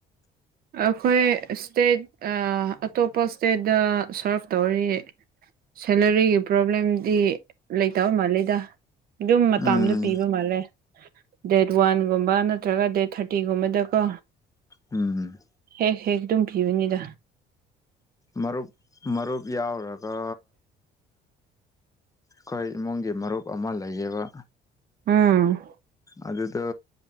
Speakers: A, on the right; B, on the left.
A: ꯑꯩꯈꯣꯏ ꯏꯁꯇꯦꯠ ꯑꯥ ꯑꯇꯣꯞꯄ ꯏꯁꯇꯦꯠꯇ ꯁꯔꯐ ꯇꯧꯔꯤ ꯁꯦꯂꯔꯤꯒꯤ ꯄ꯭ꯔꯣꯕ꯭ꯂꯦꯝꯗꯤ ꯂꯩꯇꯕ ꯃꯥꯜꯂꯤꯗ ꯑꯗꯨꯝ ꯃꯇꯝꯗꯥ
B: ꯎꯝ
A: ꯄꯤꯕ ꯃꯥꯜꯂꯦ ꯗꯦꯠ ꯋꯥꯟꯒꯨꯝꯕ ꯅꯠꯇ꯭ꯔꯒ ꯗꯦꯠ ꯊꯥꯔꯇꯤꯒꯨꯝꯕꯗꯀꯣ
B: ꯎꯝ
A: ꯍꯦꯛ ꯍꯦꯛ ꯑꯗꯨꯝ ꯄꯤꯕꯅꯤꯗ
B: ꯃꯔꯨꯞ ꯃꯔꯨꯞ ꯌꯥꯎꯔꯔꯒ ꯑꯩꯈꯣꯏ ꯏꯃꯨꯡꯒꯤ ꯃꯔꯨꯞ ꯑꯃ ꯂꯩꯌꯦꯕ
A: ꯎꯝ
B: ꯑꯗꯨꯗꯣ